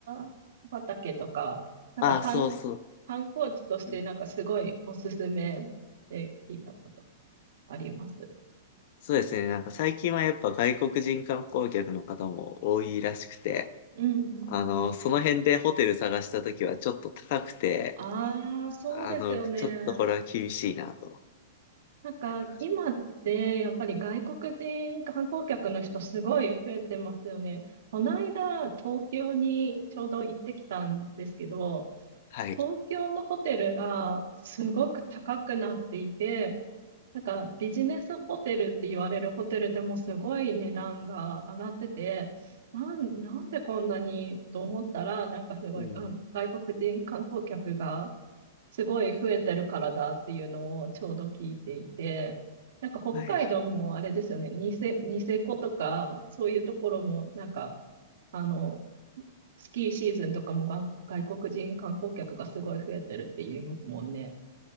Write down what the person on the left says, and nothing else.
ああ、そうそう。
うん
そうですね。なんか最近はやっぱ外国人観光客の方も多いらしくて、
あの、その辺でホテル探したときはちょっと高くて、
あの、ちょっとこれは厳しいなと
なりました。
はい。
うん。
はい。